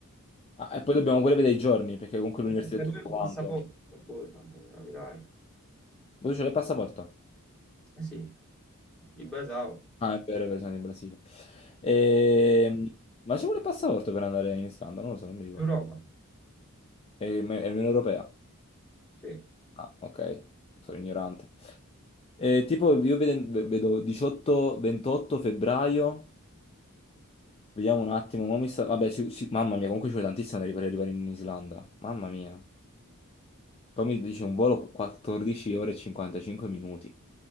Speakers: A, on the left; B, in the centre.
A: Ah, e poi dobbiamo pure vedere i giorni, perché comunque l'università
B: Nemmeno
A: è tutto
B: il
A: quanto.
B: passaporto, boh, tanto capirai.
A: Voi c'è il passaporto?
B: Eh sì, il basao.
A: Ah, è vero, è vero, siamo in Brasile. Ehm, Ma c'è pure il passaporto per andare in Islanda? Non lo so, non mi ricordo.
B: Europa,
A: È, è Unione Europea?
B: sì.
A: Ah, ok, sono ignorante. Eh, tipo, io vede- vedo 18-28 febbraio. Vediamo un attimo. mo mi sta- Vabbè, ci- ci- mamma mia, comunque ci vuole tantissimo per arrivare arrivare in Islanda. Mamma mia. Però mi dice un volo 14 ore e 55 minuti.